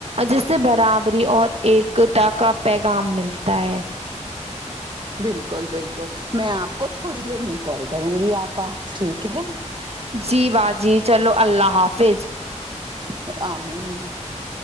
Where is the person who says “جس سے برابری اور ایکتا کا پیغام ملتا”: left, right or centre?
Right